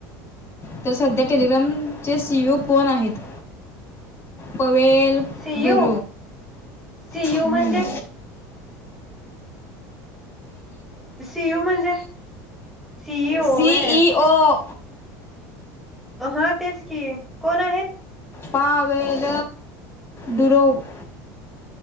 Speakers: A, on the left (about 30°); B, in the centre.
A: तर सध्या टेलिग्रामचे सीओ कोण आहेत पवे
B: सीयू
A: डुर
B: सीयू
A: हम्म
B: म्हणजे सीयू म्हणजे सि ई ओ
A: सीईओ
B: आहे आा तेच की कोण आहेत
A: पावेल दुरोप